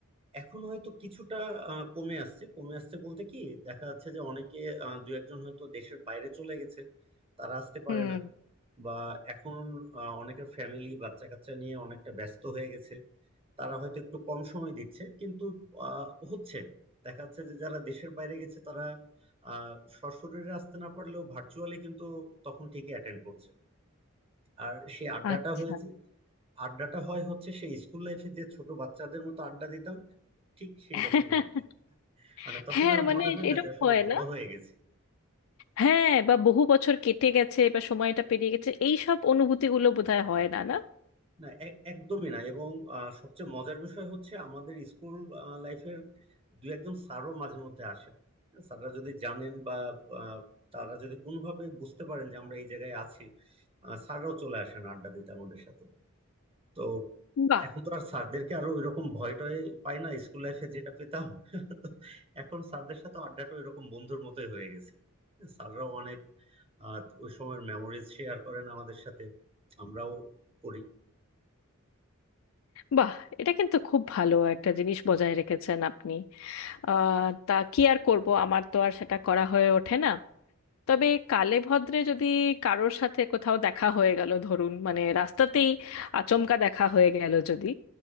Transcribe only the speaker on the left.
হুম
আচ্ছা
<laughs>
হ্যাঁ
মানে
এরকম
হয়
না
হ্যাঁ বা বহু বছর কেটে গেছে বা সময়টা পেরিয়ে গেছে এই সব অনুভূতিগুলো বোধহয় হয় না না
বাহ
বাহ এটা কিন্তু খুব ভালো একটা জিনিস বজায় রেখেছেন আপনি আহ তা কি আর করব আমার তো আর সেটা করা হয়ে ওঠে না তবে কালে ভদ্রে যদি কারোর সাথে কোথাও দেখা হয়ে গেল ধরুন মানে রাস্তাতেই আচমকা দেখা হয়ে গেল যদি